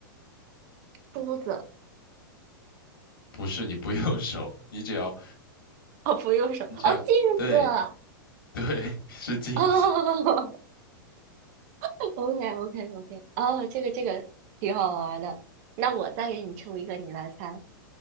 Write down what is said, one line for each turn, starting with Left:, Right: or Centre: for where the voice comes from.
Right: 梳子，
Left: 不是你不用手，你只要
Right: <laughs> 哦，不用手，
Left: 你只要对
Right: 哦，镜子，哦。
Left: 对 <laughs> 是镜子，
Right: <laughs> o k o k o k 哦，这个这个挺好玩的。那我再给你出一个，你来猜。